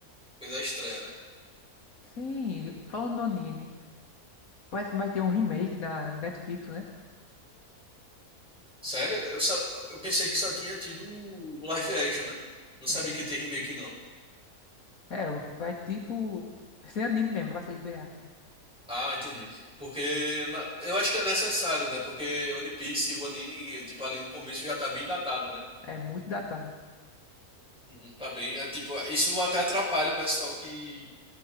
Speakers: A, in the centre; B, on the left.
A: Fez a estreia, né?
B: Sim, falando no anime. Parece que vai ter um remake na Netflix, né?
A: Sério? Eu, só, eu pensei que só tinha tido o live action, né? Não sabia
B: É,
A: que tem remake, não.
B: é, vai tipo. Vai ser anime mesmo, não vai ser live action.
A: Ah, entendi. Porque ma- eu acho que é necessário, né? Porque One Piece, o anime, tipo, ali no começo já tá bem datado, né?
B: É muito datado.
A: Uhum, tá bem. É, tipo, isso até atrapalha o pessoal que